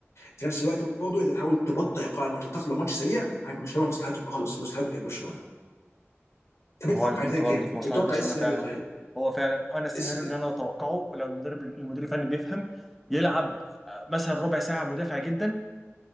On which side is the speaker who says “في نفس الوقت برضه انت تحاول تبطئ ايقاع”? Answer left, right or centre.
Left